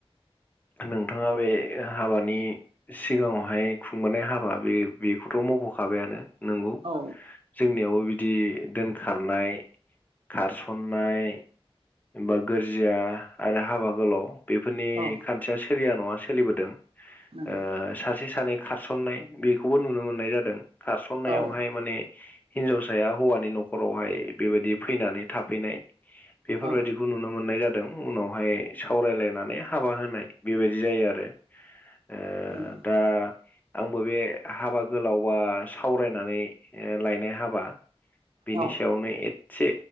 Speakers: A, on the left; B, on the right.
A: नोंथाङा बे हाबानि सिगाङावहाय खुंबोनाय हाबा बे बेखौथ' मख'खाबायानो नोंगौ
B: औ
A: जोंनियावबो बिदि दोनखारनाय खारसननाय बा गोरजिया आरो हाबा गोलाव बेफोरनि
B: औ
A: खान्थिया सोलिया नङा सोलिबोदों
B: नंगौ
A: ओ सासे सानै खारसन्नाय बेखौबो नुनो मोननाय जादों खारसन्नायावहाय
B: औ
A: माने हिनजावसाया हौवानि न'खरावहाय बेबायदि फैनानै थाफैनाय बेफोरबायदिखौ
B: औ
A: नुनो मोननाय जादों उनावहाय सावरायलायनानै हाबा हो नाय बेबायदि जायो आरो ओ
B: नंगौ
A: दा आंबो बे हाबा गोलाव बा सावरायनानै लायनाय हाबा बिनि
B: औ
A: सायावनो एदसे